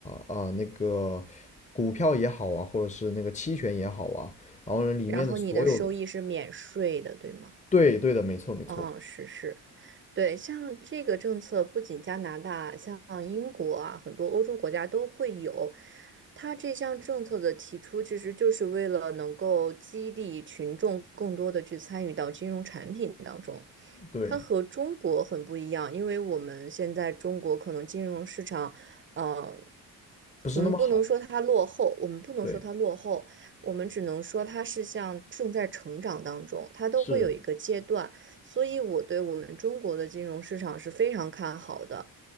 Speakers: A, on the left; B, on the right.
A: 啊、呃呃那个股票也好啊，或者是那个期权也好啊。然后呢，里面的所有的，
B: 然后你的收益是免税的，对吗？
A: 对，对的，没错，没错，
B: 嗯，是是，对，像这个政策，不仅加拿大，像英国啊，很多欧洲国家都会有。它这项政策的提出，其实就是为了能够激励群众更多的去参与到金融产品当中。
A: 对，
B: 它和中国很不一样，因为我们现在中国可能金融市场，呃，
A: 不是那么好，
B: 我们不能说它落后，我们不能说它落后，
A: 对，
B: 我们只能说它是像正在成长当中，它都会有一个阶段。
A: 是
B: 所以我对我们中国的金融市场是非常看好的，